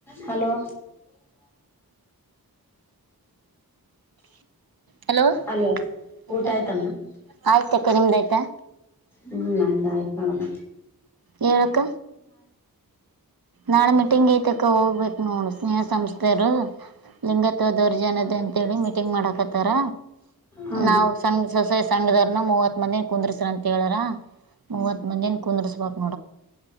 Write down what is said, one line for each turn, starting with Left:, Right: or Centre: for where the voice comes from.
Centre: ಹಲೋ.
Right: ಹಲೋಊ
Centre: ಅಲೋ
Right: ಆಯ್ತು
Centre: ಊಟ ಆಯ್ತಾ
Right: ಮ್ಮ್
Centre: ಮ್ಯಾಮ್
Right: ಅಕ್ಕ ನಿಮ್ದಾಆಯ್ತಾ.
Centre: ಹ್ಮ್ ನಂದಾಯ್ತು. ಹಣಮ್
Right: ಹೇಳಕ್ಕ ನಾಳೆ ಮೀಟಿಂಗ್ ಐತಕ್ಕ ಹೋಗ್ಬೇಕ ನೋ ಸ್ನೇಹ ಸಂಸ್ಥೆಯರು ಲಿಂಗತ್ವ ದೌರ್ಜನ್ಯದ ಅಂತೇಳಿ ಮೀಟಿಂಗ್ ಮಾಡಕತ್ತಾರ
Centre: ಹ
Right: ನಾವ್ ಸಂ ಸೊಸೈ ಸಂಘದವರ್ನ ಮೂವತ್ ಮಂದ ಕುಂದರ್ಸ್ರಂತ ಕೇಳರ ಮೂವತ್ ಮಂದಿನ್ ಕುಂದರ್ಸ್ಬೇಕು